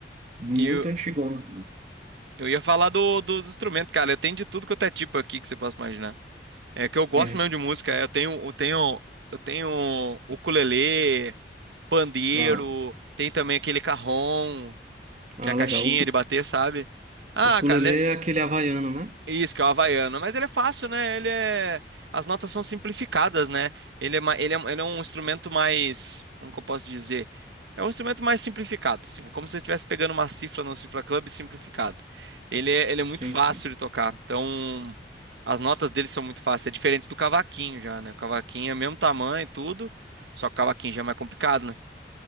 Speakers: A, on the right; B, on the right.
A: muito
B: cara.
A: antigona.
B: Eu ia falar do, dos instrumentos, cara. Eu tenho de tudo quanto é tipo aqui que você possa imaginar. É que eu gosto
A: É,
B: mesmo de música. Eu tenho, eu tenho, eu tenho ukulele, pandeiro,
A: ah,
B: tem também aquele cajón,
A: ah,
B: que é a caixinha
A: legal. O cu-
B: de bater, sabe? Ah,
A: o ukulele
B: cara, né,
A: é aquele havaiano, né?
B: isso, que é o Havaiano. Mas ele é fácil, né? Ele é. As notas são simplificadas, né? Ele é, ma- ele é, ele é um instrumento mais. Como que eu posso dizer? É um instrumento mais simplificado, assim. Como se você estivesse pegando uma cifra no Cifra Club simplificado. Ele é, ele é
A: Sim,
B: muito fácil
A: sim.
B: de tocar. Então, as notas dele são muito fáceis. É diferente do cavaquinho já, né? O cavaquinho é o mesmo tamanho e tudo. Só que o cavaquinho já é mais complicado, né?